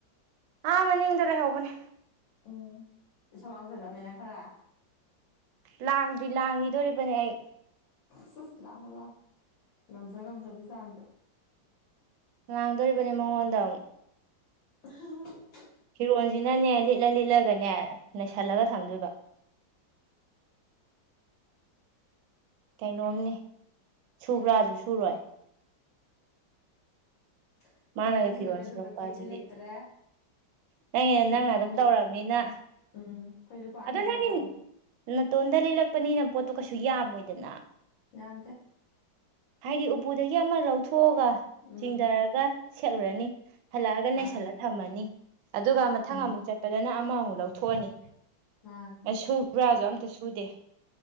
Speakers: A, on the right (about 75°); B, on the left (about 80°).
A: ꯑ ꯃꯅꯤꯗꯔꯦ ꯍꯕꯅꯦ
B: ꯎꯝ ꯁꯥꯡꯖꯂꯃꯦꯅ ꯈꯔ
A: ꯂꯥꯡꯗ꯭ꯔꯤ ꯂꯥꯡꯈꯤꯗꯣꯔꯤꯕꯅꯦ ꯑꯩ
B: ꯆ ꯂ ꯂꯥꯡ ꯉꯝꯖ ꯉꯝꯖꯕꯤꯁꯥꯝꯇ
A: ꯉꯥꯡꯗꯣꯔꯤꯕꯅꯤ ꯃꯉꯣꯟꯗ ꯑꯃꯨꯛ
B: ꯑ
A: ꯐꯤꯔꯣꯟꯁꯤꯅꯅꯦ ꯂꯤꯠꯂ ꯂꯤꯠꯂꯒꯅꯦ ꯅꯩꯁꯜꯂꯒ ꯊꯝꯗꯣꯏꯕ ꯀꯩꯅꯣꯝꯅꯤ ꯁꯨꯕ꯭ꯔꯥ ꯑꯗꯨ ꯁꯨꯔꯣꯏ
B: ꯑꯩꯈꯣꯏꯗꯤ
A: ꯃꯥꯅꯒ
B: ꯑꯅꯤ ꯁꯨꯖꯕꯅꯦ
A: ꯄꯤꯔꯛꯑꯁꯤꯂꯛꯄ
B: ꯑꯗꯨꯝꯕ ꯀꯦꯁꯇꯤ
A: ꯑꯗꯨꯗꯤ
B: ꯂꯩꯇ꯭ꯔꯦ
A: ꯅꯪꯒꯤ
B: ꯅꯨꯄꯥ
A: ꯅꯪꯅ ꯑꯗꯨꯝ
B: ꯑꯅꯤ
A: ꯇꯧꯔꯛꯑꯕꯅꯤꯅ
B: ꯎꯝ ꯑꯩꯈꯣꯏ ꯅꯨꯄꯥ ꯑꯅꯤꯗꯨꯅ
A: ꯑꯗꯣ ꯅꯪꯒꯤ
B: ꯇꯧꯋꯦ
A: ꯅꯥꯇꯣꯟꯗ ꯂꯤꯠꯂꯛꯄꯅꯤꯅ ꯄꯣꯠꯇꯣ ꯀꯩꯁꯨ ꯌꯥꯝꯃꯣꯏꯗꯅ
B: ꯌꯥꯝꯝꯗ
A: ꯍꯥꯏꯗꯤ ꯎꯄꯨꯗꯒꯤ ꯑꯃ ꯂꯧꯊꯣꯛꯑꯒ
B: ꯎꯝ
A: ꯆꯤꯡꯊꯔꯒ ꯁꯦꯠꯂꯨꯔꯅꯤ ꯍꯜꯂꯛꯑꯒ
B: ꯃꯥꯅꯦ
A: ꯅꯩꯁꯜꯂ ꯊꯝꯃꯅꯤ ꯑꯗꯨꯒ ꯃꯊꯪ
B: ꯎꯝ
A: ꯑꯃꯨꯛ ꯆꯠꯄꯗꯅ ꯑꯃꯃꯨꯛ ꯂꯧꯊꯣꯛꯑꯅꯤ
B: ꯃꯥꯅꯦ
A: ꯑ ꯁꯨ꯭ꯔꯥꯁꯨ ꯑꯝꯇ ꯁꯨꯗꯦ